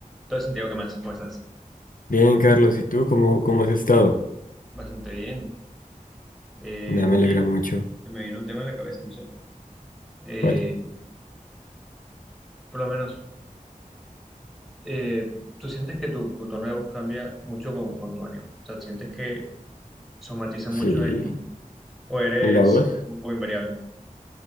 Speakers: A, in the centre; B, on the left (about 75°).
A: Todo Santiago, ¿qué más? ¿Cómo estás?
B: Bien, Carlos, ¿y tú cómo, cómo has estado?
A: Bastante bien. Eh,
B: Nada, me
A: oye,
B: alegra mucho.
A: se me vino un tema en la cabeza, no sé. Eh,
B: ¿Cuál?
A: por lo menos, eh, ¿tú sientes que tu, tu tono de voz cambia mucho con, con tu ánimo? O sea, ¿sientes que somatiza mucho
B: Sí,
A: en, o eres
B: en la voz.
A: un poco invariable?